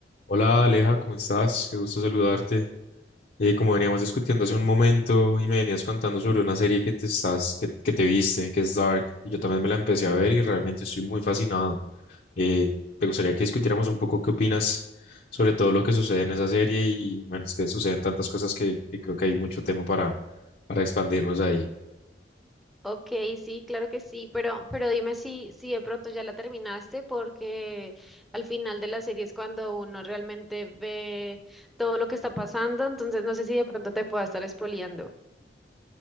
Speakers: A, on the left (about 55°); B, in the centre.
A: Hola Aleja, ¿cómo estás? Qué gusto saludarte. Eh, como veníamos discutiendo hace un momento y me venías contando sobre una serie que te estás, que, que te viste, que es Dark, y yo también me la empecé a ver y realmente estoy muy fascinado. Eh, me gustaría que discutiéramos un poco qué opinas sobre todo lo que sucede en esa serie y bueno, es que suceden tantas cosas que, que creo que hay mucho tema para, para expandirnos ahí.
B: Ok, sí, claro que sí, pero, pero dime si, si de pronto ya la terminaste, porque al final de la serie es cuando uno realmente ve todo lo que está pasando, entonces no sé si de pronto te pueda estar spoileando.